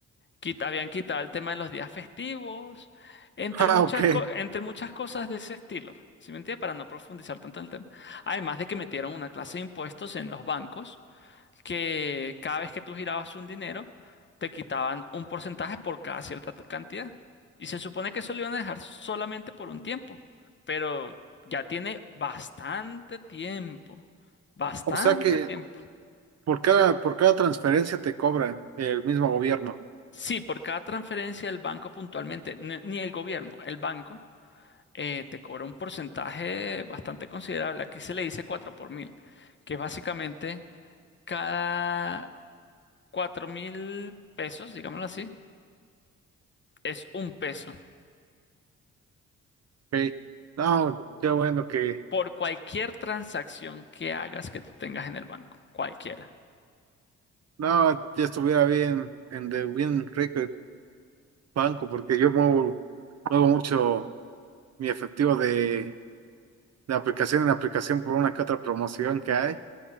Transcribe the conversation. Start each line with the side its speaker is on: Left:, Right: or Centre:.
Left: Quit- habían quitado el tema de los días festivos, entre
Right: Ah,
Left: muchas,
Right: ok.
Left: co- entre muchas cosas de ese estilo. ¿Sí me entiendes? Para no profundizar tanto en el tema. Además de que metieron una clase de impuestos en los bancos que cada vez que tú girabas un dinero, te quitaban un porcentaje por cada cierta t- cantidad. Y se supone que eso lo iban a dejar solamente por un tiempo. Pero ya tiene bastante tiempo. Bastante
Right: O sea que
Left: tiempo.
Right: Por cada, por cada transferencia te cobran el mismo gobierno.
Left: Sí, por cada transferencia el banco puntualmente, n- ni el gobierno, el banco, eh, te cobra un porcentaje bastante considerable. Aquí se le dice 4 por mil, que es básicamente cada cuatro mil pesos, digámoslo así, es un peso.
Right: ok. No, qué bueno que
Left: por cualquier transacción que hagas que tú tengas en el banco, cualquiera. <laughs>
Right: no, ya estuviera bien en de Bien Rico el Banco, porque yo muevo, muevo mucho mi efectivo de, de aplicación en aplicación por una que otra promoción que hay.